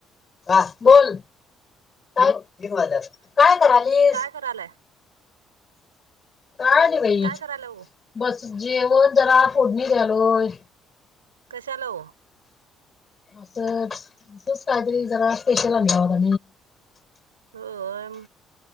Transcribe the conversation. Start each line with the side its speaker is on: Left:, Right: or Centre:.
Left: का बोल काज काय करालीस?
Right: करालाय.
Left: काय नि भाई
Right: काय करायला हो
Left: बस जेवण जरा फोडणी दालोय.
Right: कशा आला ओ?
Left: असरी जरा स्पेशल आ
Right: होम